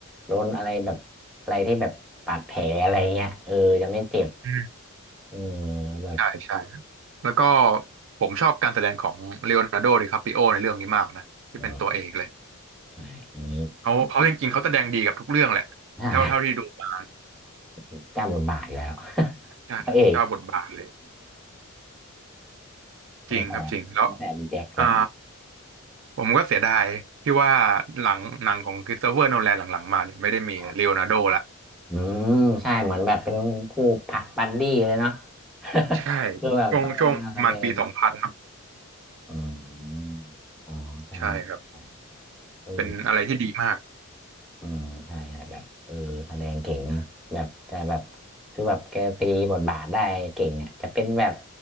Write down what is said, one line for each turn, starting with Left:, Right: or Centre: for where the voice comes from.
Centre: โดนอะไรแบบอะไรที่แบบบาดแผลอะไรเงี้ยเออจะไม่เจ็บ
Right: อืม
Centre: เออแบบ
Right: ใช่ใช่แล้วก็ผมชอบการแสดงของเลโอนาร์โดดิคาปิโอในเรื่องนี้มากนะที่เป็นตัวเอกเลย
Centre: เออใช่อันนี้
Right: เขาเขาจริงๆเขาแสดงดีกับทุกเรื่องแหละเท่าเท่าที่ดูมา
Centre: ใช่ <laughs> กล้าบทบาทอีกแล้ว <laughs>
Right: ใช่เจ้าบทบาทเลย
Centre: พระเอกตั้งแต่ตั้งแต่เป็นแจ็คแล้ว
Right: จริงครับจริงแล้วอ่า ผมก็เสียดายที่ว่าหลังหนังของคริสโตเฟอร์โนแลนหลังๆมาเนี่ยไม่ได้มีเลโอนาร์โดละ
Centre: ครับอืมใช่เหมือนแบบเป็นคู่ผลักบัดดี้เลยเนาะ <laughs>
Right: ใช่
Centre: คือแบบต้องมาแสดง
Right: ช่วงช่วงประมาณปีสองพันครับ
Centre: อืมอ๋อใช่
Right: ใช่ครับ
Centre: ใช่เออ
Right: เป็นอะไรที่ดีมาก
Centre: อืมใช่ใช่ แบบเออแสดงเก่งนะแบบจะแบบคือแบบแกตีบทบาทได้เก่งอ่ะจะเป็นแบบ